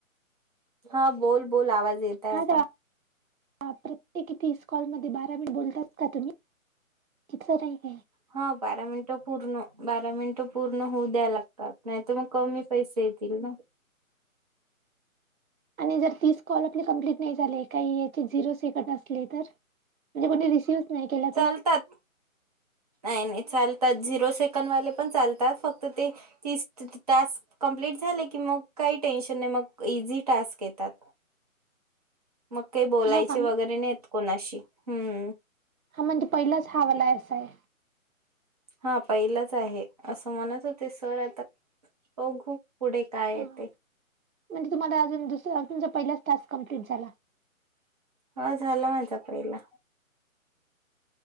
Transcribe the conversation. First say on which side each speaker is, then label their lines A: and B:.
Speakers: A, on the right; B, on the right.
A: हा बोल बोल आवाज येत आहे
B: हा
A: आता
B: का बापरे <inaudible> की तीस कॉलमध्ये बारा मिंट बोलतात का तुम्ही? तिथलं नाही काही.
A: हा बारा मिनिटं पूर्ण बारा मिनिटं पूर्ण होऊ द्याय लागतात नाही तर मग कमी पैसे येतील ना.
B: आणि जर तीस कॉल आपले कंप्लीट नाही झाले. काही याचे झिरो सेकंड असले तर, म्हणजे कोणी रिसिव्हचं नाही केला
A: चालतात
B: तर.
A: नाही नाही चालतात, झिरो सेकंड वाले पण चालतात फक्त ते तीस. टास्क कम्प्लीट झाले की मग काही टेन्शन नाही मग इझी टास्क येतात. मग काही बोलायचे
B: हा काम
A: वगैरे, नाहीे येत कोणाशी हम्म.
B: हा म्हणजे पहिलाच हा वाला असा आहे.
A: हा पहिलाच आहे असं म्हणत होते सर आता बघू पुढे काय
B: हा
A: येते?
B: म्हणजे तुम्हाला अजून दुसरा म्हणजे पहिलाच टास्क कंप्लीट झाला.
A: हा.. झाला माझा पहिला.